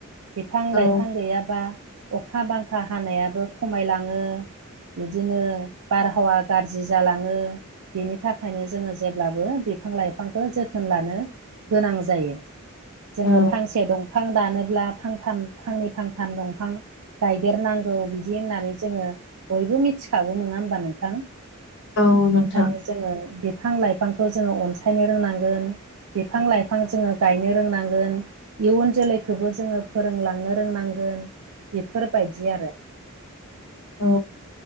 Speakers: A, on the right (about 75°); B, on the left (about 55°).
A: बिफां
B: औ
A: लाइफां गैयाबा अखा बांखा हानायाबो खमायलाङो। बिदिनो बारहावा गाज्रि जालाङो। बिनि थाखायनो जोङो जेब्लाबो बिफां लाइफांखौ जोथोन होनलानो गोनां जायो जोङो
B: औ
A: फांसे दं बिफां दानोब्ला फांथाम फांनै फांथाम दंफां गायदेरनांगौ बिदि होननानै जोङो बयबो मिथिखागौ नङा होमबा नोंथां।
B: औ नोंथां
A: ओंखायनो जोङो बिफां लाइफांखौ जोङो अनसायनो रोंनांगोन। बिफां लाइफां जोङो गायनो रोंनांगोन इयुन जोलैखौबो जोङो फोरोंलांनो फोरोंनांगोन बेफोरबायदि आरो।
B: औ।